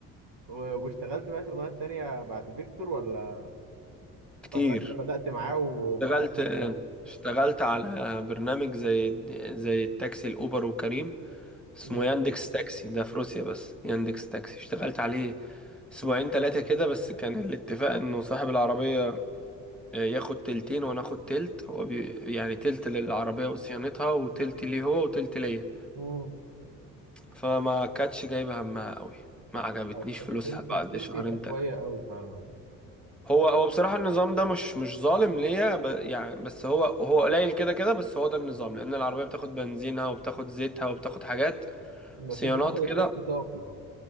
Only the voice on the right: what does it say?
و- واشتغلت بقى شغلانات تانية بعد فيكتور ولا
ولا انت بدأت معاه وقفلت
معاه
مم.
مم.
طب التل-
التلت
يبقى
شوية قوي فعلا
بس
انت بتاخد
التلت صافي